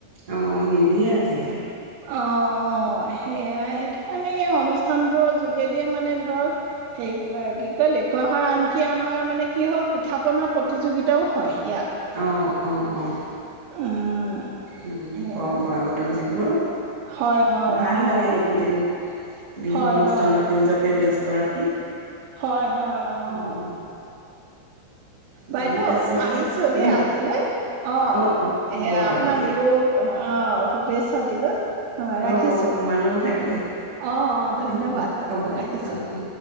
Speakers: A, on the right; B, on the right.
A: অ নিদিয়ে আজিকালি
B: অ অ সেয়া সেইটো কাৰণে অনুষ্ঠানবোৰৰ যোগেদিয়ে মানে ধৰক হেৰি কি কয় দেখুওৱা হয়। আনকি আমাৰ মানে কি হ'ল পিঠা-পনা প্ৰতিযোগিতাও হয় ইয়াত
A: অ অ অ‌
B: উম
A: উম
B: সেয়া
A: পৰম্পৰাগত যি বোৰ
B: হয় হয়
A: ভাল
B: অ
A: লাগে। সেইকেইদিন বিহু
B: হয়
A: অনুষ্ঠানত
B: হয়
A: নিজকে ব্যস্ত ব্যস্ত ৰাখি
B: হয়। হয় অঁ
A: উম। ঠিক
B: বাইদেউ
A: আছে
B: আহিছো
A: বাৰু
B: দেই
A: অ
B: আজিলৈ। অ‌
A: অ অ হ'ব
B: সেয়া,
A: বাৰু
B: আপোনাৰ
A: দিয়া
B: বিহু অ', অহ। শুভেচ্ছা দিলোঁ। অঁ
A: অ
B: ৰাখিছোঁ
A: অ তোমালৈও থাকিলে
B: অঁ অঁ ধন্যবাদ
A: অ অ
B: হয়
A: হ'ব
B: ৰাখিছোঁ
A: দিয়া। অ অ